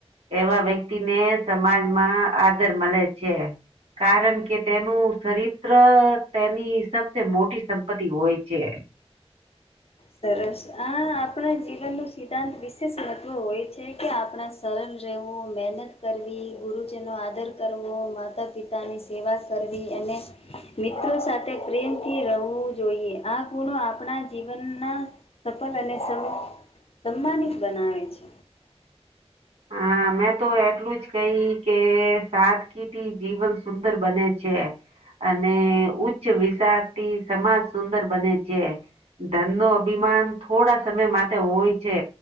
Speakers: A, on the right; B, on the left.
A: એવા વ્યક્તિ ને સમાજમાં આદર મળે છે કારણ કે તેનું ચરિત્ર તેની સબસે મોટી સંપત્તિ હોય છે
B: સરસ આ આપણા જીવનનો સિદ્ધાંત વિશેષ મહત્વ હોય છે કે આપણા સરળ રહેવું મહેનત કરવી ગુરુજીનો આદર કરવો માતા પિતા પોતાની સેવા કરવી અને મિત્રો સાથે પ્રેમથી રહેવું જોઈએ આ ગુણો આપણા જીવન ના સફલ અને સમમાનિત બનાવે છે હમ
A: હા મેં તો એટલું જ કહી કે સાદગીતી જીવન સુંદર બને છે અને ઉચ્ચ વિશારથી સમાજ સુંદર બને છે ધન નો અભિમાન થોડા સમય માટે હોય છે